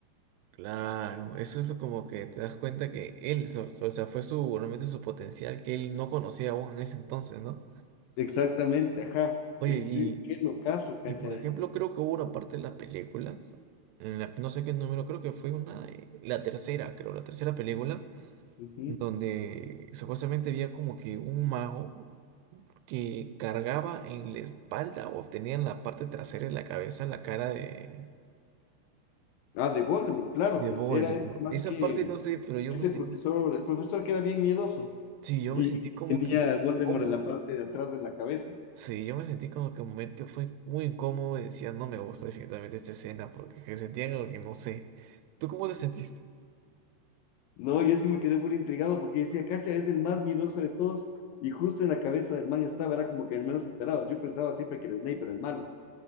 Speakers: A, on the right; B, on the left.
A: Claro, eso es lo como que te das cuenta que él, so- so- o sea, fue su, realmente su potencial que él no conocía aún en ese entonces, ¿no?
B: Exactamente, ajá.
A: Oye,
B: Y
A: y
B: sí, qué locazo, cacha.
A: Y por ejemplo, creo que hubo una parte de las películas, en la- no sé qué número, creo que fue una, de- la tercera, creo, la tercera película,
B: Ujú.
A: donde supuestamente había como que un mago que cargaba en la espalda o tenía en la parte trasera de la cabeza la cara de,
B: Ah, de Voldemort, claro,
A: de
B: pues
A: Voldemort.
B: era este man
A: Esa
B: que,
A: parte no sé, pero yo
B: ese
A: me sentí,
B: profesor, el profesor que era bien miedoso.
A: sí, yo
B: Y
A: me sentí como
B: tenía
A: que
B: Voldemort
A: incómodo.
B: en la parte de atrás de la cabeza.
A: Sí, yo me sentí como que un momento fue muy incómodo y decía, no me gusta definitivamente esta escena, porque que sentía como que no sé. ¿Tú cómo te sentiste?
B: No, yo sí me quedé muy intrigado porque decía, cacha, es el más miedoso de todos. Y justo en la cabeza de Hermione estaba, era como que el menos esperado. Yo pensaba siempre que el Snape era el malo.